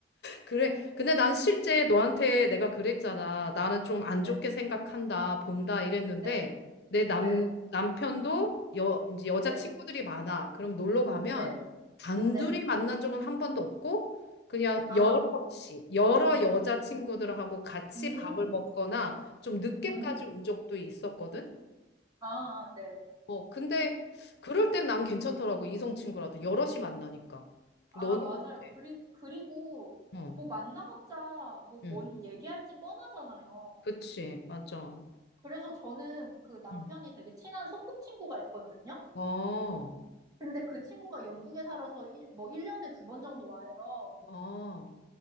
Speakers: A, on the left; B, on the right.
A: 그래.
B: 네,
A: 근데 난 실제 너한테 내가 그랬잖아. 나는 좀 안
B: 네,
A: 좋게 생각한다, 본다 이랬는데
B: 네,
A: 내 남,
B: 네,
A: 남편도 여, 이제 여자
B: 네,
A: 친구들이 많아. 그럼 놀러 가면
B: 네,
A: 단둘이
B: 네.
A: 만난 적은 한 번도 없고 그냥
B: 아,
A: 여럿이,
B: 아.
A: 여러 여자 친구들하고 같이
B: 음,
A: 밥을 먹거나 좀 늦게까지
B: 음,
A: 온 적도 있었거든.
B: 아, 아, 네.
A: 어, 근데 그럴 땐 난 괜찮더라고. 이성 친구라도 여럿이 만나니까.
B: 아,
A: 너는
B: 맞아요.
A: 어때?
B: 그리, 그리고,
A: 어,
B: 뭐, 만나봤자, 뭐, 뭔
A: 응,
B: 얘기할지 뻔하잖아요.
A: 그치, 맞아.
B: 그래서 저는 그 남편이
A: 응,
B: 되게 친한 소꿉친구가 있거든요.
A: 어,
B: 근데 그 친구가 영국에 살아서 일, 뭐 1년에 두 번 정도 와요.
A: 아, 어,